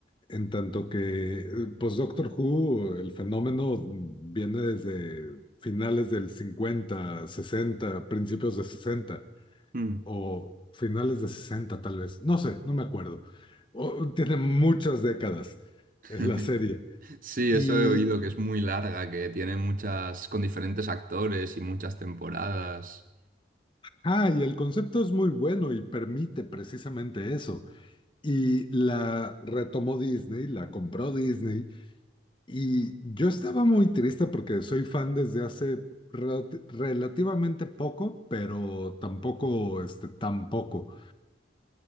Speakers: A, on the left; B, on the right.
A: en tanto que, eh, pues Doctor Who, el fenómeno viene desde finales del 50 60 principios de 60
B: Mm.
A: o finales de 60 tal vez, no sé, no me acuerdo. O- tiene muchas décadas
B: <laughs>
A: es la serie.
B: Sí,
A: Y,
B: eso he oído que es muy larga, que tiene muchas, con diferentes actores y muchas temporadas.
A: ah, y el concepto es muy bueno y permite precisamente eso. Y la retomó Disney, la compró Disney. Y yo estaba muy triste porque soy fan desde hace relati- relativamente poco, pero tampoco, este, tampoco.